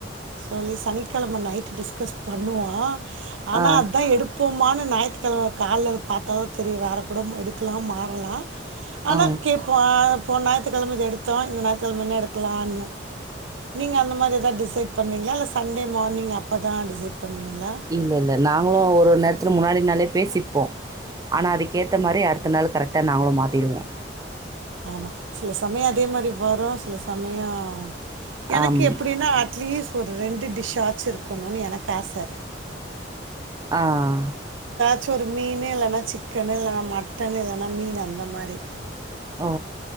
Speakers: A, on the right; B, on the right.
A: சொல்லி சனிக்கெழம நைட்டு டிஸ்கஸ் பண்ணுவா ஆனா
B: ஆ
A: அதா எடுப் போமான் ஞாய்த்துக்கெழம கால்ல பாத்தா தா தெரியு வேற கூட ம் எடுக்கலா மாறலா ஆனா
B: ஆ
A: கேப்போ போன ஞாய் த்துக்கெழமைக்கு எடுத்தோ இந்த ஞாய்த்துக்கெழம என்ன எடுக்கலானு நீங்க அந்த மாரி எதாது டிசைட் பண்வீங்களா இல்ல சண்டே மார்னிங் அப்ப தா டிசைட் பண்ணுவீங்களா
B: இல்ல இல்ல நாங்களு ஒரு நேரத்துக்கு முன்னாடி முன்னாலே பேசிப்போ ஆனா அதுக்கேத்த மாரி அடுத்த நாளு கரெக்ட்டா நாங்களு மாத் திருவோ
A: ஆமா சில சமயோ அதே மாரி வரு சில சமயோ எனக்கு
B: ஆம்
A: எப்டின்னா அட்லீஸ் ஒரு ரெண்டு டிஷ் ஆ ச்சிருக்கணுன் எனக்கு ஆசை
B: ஆஹ் ஆஹ்
A: ச்சு ஒரு மீனு இல்லன்னா சிக்கனு இல்லன்னா மட்டனு இல்லன்னா மீன் அந்த மாரி மாதிரி
B: ஓ